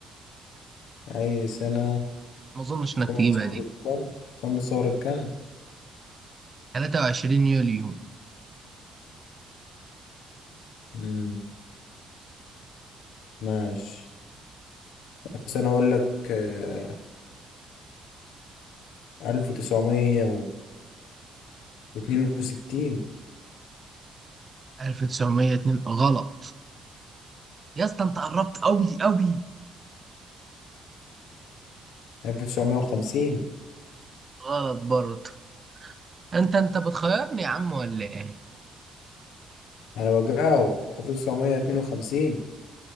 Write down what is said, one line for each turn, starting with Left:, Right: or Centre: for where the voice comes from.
Left: أي سنة
Right: ما اظنش انك
Left: كم
Right: تجيبها
Left: ثورة
Right: دي
Left: كم كم ثورة كم
Right: 23 يوليو
Left: مم. ماشي بس أنا أقول لك آه، ألف تسعمية واتنين وستين
Right: 1902 غلط يا اسطى انت قربت قوي قوي
Left: ألف تسعمية وخمسين
Right: غلط برضه انت انت بتخيرني يا عم ولا ايه
Left: انا بجاوب 1952